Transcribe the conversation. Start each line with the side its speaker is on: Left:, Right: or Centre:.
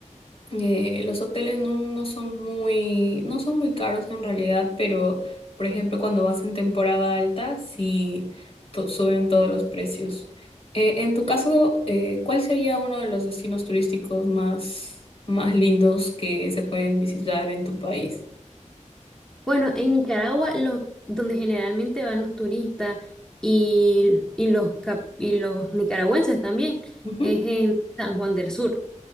Left: eh, los hoteles no, no son muy, no son muy caros en realidad, pero por ejemplo cuando vas en temporada alta, sí to- suben todos los precios. Eh, en tu caso, eh, ¿cuál sería uno de los destinos turísticos más, más lindos que se pueden visitar en tu país?
Centre: Bueno, en Nicaragua, lo- donde generalmente van los turistas y, y los, cap- y los nicaragüenses también,
Left: Ujú.
Centre: es en San Juan del Sur.